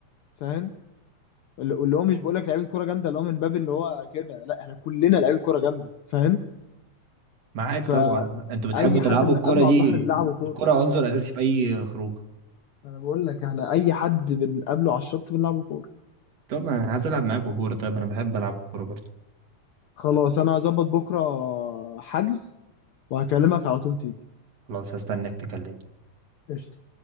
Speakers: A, on the left; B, on the right.
A: فاهم اللي اللي هو مش بقول لك لعيبة كورة جامدة اللي هو من باب اللي هو كده لا احنا كلنا لعيبة كورة جامدة فاهم
B: معاك
A: فأي
B: طبعا انتوا بتحبوا تلعبوا
A: حد بنقابله
B: الكرة دي
A: على البحر نلعبه كورة
B: الكرة عنصر اساسي في اي خروج
A: انا بقول لك احنا اي حد بنقابله على الشط بنلعب كوره
B: طب انا عايز العب معاكوا كورة طيب انا بحب العب كورة برضه
A: خلاص انا هظبط بكره حجز وهكلمك على طول تيجي
B: خلاص هستناك تكلمني
A: قشطة